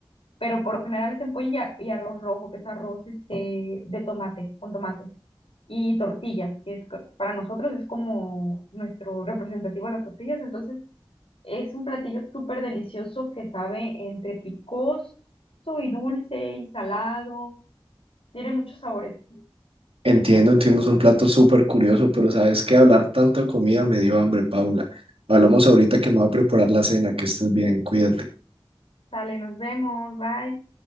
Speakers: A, on the left; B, on the right.
A: pero por lo general es en pollo y, a- y arroz rojo, que es arroz este, de tomate, con tomate. y tortillas, que es, co- para nosotros es como nuestro representativo las tortillas. Entonces, es un platillo súper delicioso que sabe entre picoso y dulce y salado. Tiene muchos sabores.
B: Entiendo, entiendo, es un plato súper curioso, pero sabes que hablar tanto de comida me dio hambre, Paula. Hablamos ahorita que me voy a preparar la cena, que estés bien, cuídate.
A: Sale, nos vemos, bye.